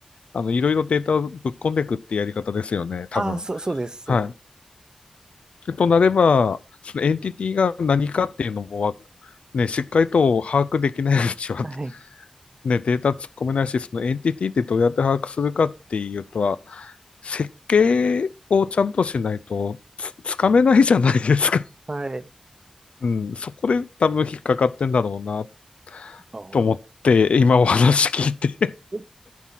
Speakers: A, on the left; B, on the right.
A: あの、いろいろデータをぶっ込んでいくってやり方ですよね、多分。
B: あ、そう、そうです。そうです。
A: はい。となれば、そのエンティティが何かっていうのもね、しっかりと把握できないうちは
B: はい。
A: ね、データ突っ込めないし、そのエンティティってどうやって把握するかっていうとは、設計をちゃんとしないとつ、つかめないじゃないですか。
B: はい。
A: うん、そこで多分引っかかってんだろうな、
B: あー
A: と思って、今お話聞いて
B: はい <laughs>